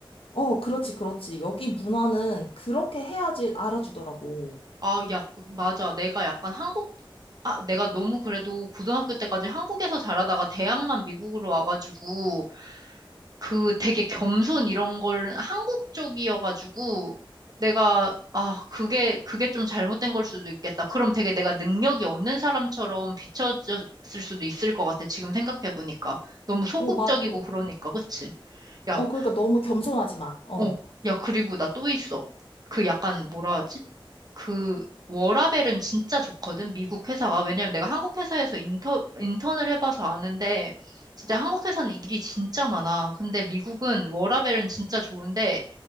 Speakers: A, on the left; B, on the right.
A: 어, 그렇지, 그렇지. 여기 문화는 그렇게 해야지 알아주더라고.
B: 아, 야, 맞아. 내가 약간 한국 아, 내가 너무 그래도 고등학교 때까지 한국에서 자라다가 대학만 미국으로 와가지고 그 되게 겸손 이런 걸 한국 쪽이어가지고 내가 아 그게 그게 좀 잘못된 걸 수도 있겠다. 그럼 되게 내가 능력이 없는 사람처럼 비춰졌을 수도 있을 것 같아. 지금 생각해 보니까 너무 소극적이고
A: 어, 맞아.
B: 그러니까 그치? 야,
A: 어, 그러니까 너무 겸손하지 마. 어.
B: 어, 야 그리고 나 또 있어. 그 약간 뭐라 하지? 그 워라벨은 진짜 좋거든, 미국 회사가. 왜냐면 내가 한국 회사에서 인터, 인턴을 해봐서 아는데, 진짜 한국 회사는 일이 진짜 많아. 근데 미국은 워라벨은 진짜 좋은데,